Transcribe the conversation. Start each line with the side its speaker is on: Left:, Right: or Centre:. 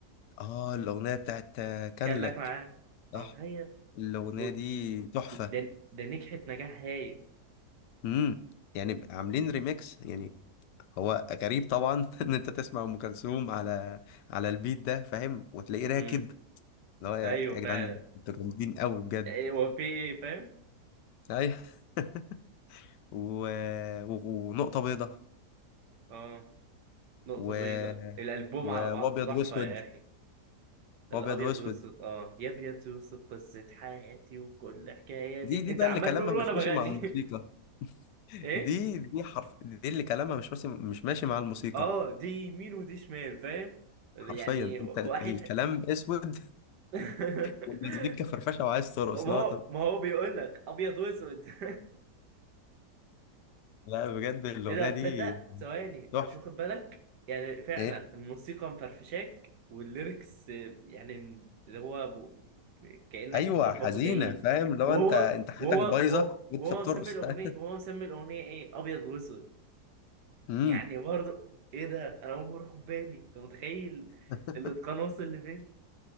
Left: اه الأغنية بتاعت آه، كان
Right: كان لك
Left: لك
Right: معاها
Left: صح
Right: انت متخيل
Left: الأغنية
Right: و-
Left: دي تحفة
Right: ده ده نجحت نجاح هايل
Left: امم يعني عاملين ريميكس يعني هو غريب طبعا <laughs> ان انت تسمع ام كلثوم على على البيت ده فاهم وتلاقيه راكب
Right: امم
Left: اللي هو يا
Right: ايوه
Left: يا جدعان
Right: فعلا
Left: انتوا جامدين قوي بجد
Right: إيه، هو في إيه، فاهم
Left: ايوه <laughs> و... و... ونقطة بيضة
Right: اه نقطه
Left: و...
Right: بيضاء الالبوم
Left: و...
Right: على بعضه
Left: وابيض
Right: تحفه
Left: واسود
Right: يا اخي
Left: وابيض
Right: الابيض
Left: واسود
Right: واسود اه يا ابيض واسود قصه حياتي وكل حكاياتي
Left: دي دي
Right: انت
Left: بقى
Right: عمال
Left: اللي كلامها
Right: تقول وانا
Left: مش
Right: بغني
Left: ماشي مع الموسيقى
Right: <laughs> ايه
Left: دي دي حرف دي اللي كلامها مش ماشي مش ماشي مع الموسيقى
Right: اه دي يمين ودي شمال فاهم يعني
Left: حرفيا
Right: واحد
Left: انت ال- الكلام اسود
Right: <laughs>
Left: والمزيكا فرفشه وعايز ترقص
Right: ما
Left: لا
Right: هو
Left: طب
Right: ما هو بيقول لك ابيض واسود <laughs>
Left: لا بجد الاغنيه
Right: ايه ده تصدق
Left: دي
Right: ثواني انت
Left: تحفه
Right: مش واخد بالك يعني فعلا
Left: ايه
Right: الموسيقى مفرفشاك والليركس آه، يعني اللي هو ب... كأنك
Left: ايوه
Right: محبط
Left: حزينه
Right: وكئيب
Left: فاهم لو
Right: وهو
Left: انت انت حياتك
Right: وهو
Left: بايظه
Right: وهو
Left: وانت
Right: وهو
Left: بترقص
Right: مسمي الاغنيه
Left: فاهم
Right: وهو مسمي الاغنيه ايه ابيض واسود
Left: امم
Right: يعني برضه ايه ده انا اول مره اخد بالي انت متخيل
Left: <laughs>
Right: الاتقان وصل لفين